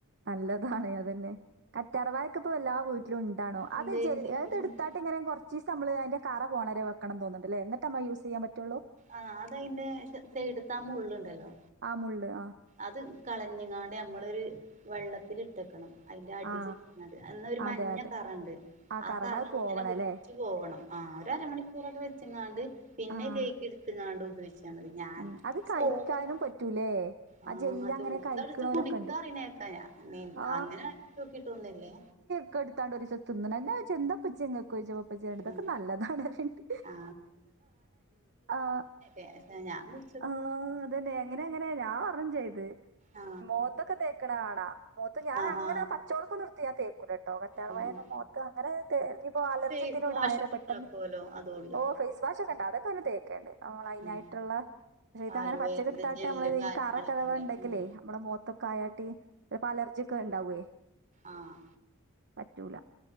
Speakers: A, on the right (about 55°); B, on the right (about 35°).
A: നല്ലതാണ് അതന്നെ കറ്റാറവാ ക്ക് പ്പൊ എല്ലാ വീട്ടിലുംണ്ടാണോ
B: ഇണ്ട്
A: അത് ജല്
B: ഇണ്ട് ഇവിടെണ്ട്
A: അത് എടുത്താട്ട് ഇങ്ങനെ കൊറ ച്ചീസമ്മള് അയിന്റെ കറ പോണരെ വെക്കണം തോന്ന്ണ്ട്ല്ലേ എന്നിട്ട്മ്മ യൂസ്യ്യാൻ പറ്റൊള്ളൂ
B: ആഹ് അത് അയിന്റെ സ സൈഡ്ത്തെ ആഹ് മുള്ള് ഉണ്ടല്ലോ
A: ആ മുള്ള് ആഹ്
B: അത് കളഞ്ഞങ്ങാണ്ട് നമ്മളൊരു വെള്ളത്തില്ട്ടക്കണം അയിന്റെ അടി
A: ആ
B: ചെത്ത്ന്നത് അത് നൊരു മഞ്ഞക്കറണ്ട്
A: അതെ അതെ ആ
B: ആഹ്
A: കറണ്ട്
B: കറങ്ങനെ
A: അത് പോവണം
B: ഒലിച്ചു
A: അല്ലേ
B: പോവണം ആ ഒരുരമണിക്കൂറൊക്കെ വെച്ച് ങ്ങാണ്ട് പിന്നെ
A: ആ
B: കെയ്കി എടുത്ത്ങ്ങാണ്ട് ഉപയോഗിച്ചാ മതി ഞാൻ
A: ഉം അത് കഴിക്കാനും
B: സോപ്പൊക്ക
A: പറ്റൂലേ
B: ആഹ്
A: ആ ജെല്ല്
B: അത്
A: അങ്ങനെ
B: ചൂസടിച്ച്
A: കഴിക്കണോലൊക്കെ
B: കുടിക്കാ
A: ഉണ്ട്
B: അറീനേക്ക തെ
A: ആ
B: അങ്ങനെ നോക്കിട്ടൊന്നുല്ലേ
A: ക്കടുത്താണ്ട് ഒര് ചെത്ത് ഇങ്ങനെ ഞാച്ച് എന്താക്കച്ചെ ഇങ്ങ കൊയ്ചുമ്പ അപ്പച്ചിടെട് ഇതൊക്കെ
B: ഉം
A: നല്ലതാണ്റീണ്ട്
B: ആ
A: ആഹ്
B: ഏഹ് സെ ഞാൻ കു
A: അള്ളാ അതന്നെ അങ്ങനെ അങ്ങനെ ഞാൻ അറിം ചെയ്ത്
B: ആ
A: മോത്തൊക്കെ തേക്കണ കാണാ മോത്ത് ഞാനങ്ങനെ
B: ആ ആ
A: പച്ചടക്കൊന്നട്ത്ത് ഞാൻ തേക്കൂലട്ടോ കറ്റാർ
B: ഉം
A: വായ
B: ഉം
A: മോത്ത് അങ്ങനെ തെഞ്ഞിപ്പോ അലർജ്യത്തിനോടായാലോ
B: ഫേസ് വാഷൊക്കെ
A: പെട്ടെന്ന്
B: ഉണ്ടാക്കുവല്ലോ അതുകൊണ്ട്
A: ഓ ഫേസ് വാഷോക്കെട്ടെ അതൊക്കെ തന്നെ തേക്കണ്ട് നമ്മൾ അതിനായിട്ടുള്ള
B: ഉം
A: ഇത്
B: ആലുവേറിന്റെ
A: അങ്ങനെ പച്ചക്കടുത്തട്ട്
B: ജെല്ലും
A: നമ്മള് ഈ
B: കാര്യങ്ങളൊക്കെ
A: കറൊക്കെ
B: ഉണ്ടായിരുന്നു
A: ഉണ്ടെങ്കിലേ നമ്മള മോത്തൊക്കെ ആയാട്ട ചിലപ്പോ അലർജി ക്കെ ഉണ്ടാവേ
B: ആഹ്
A: പറ്റൂല്ല